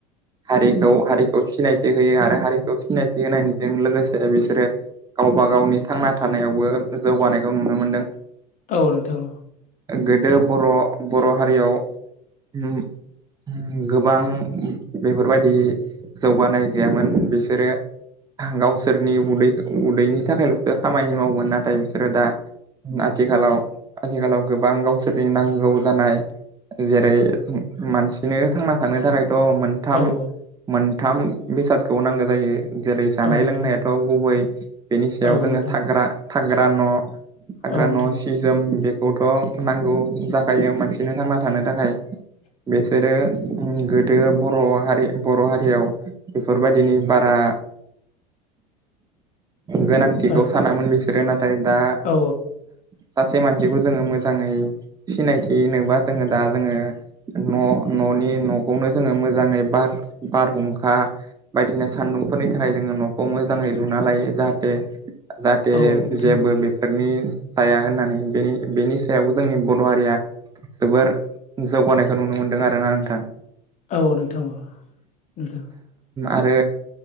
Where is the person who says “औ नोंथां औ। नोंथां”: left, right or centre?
Left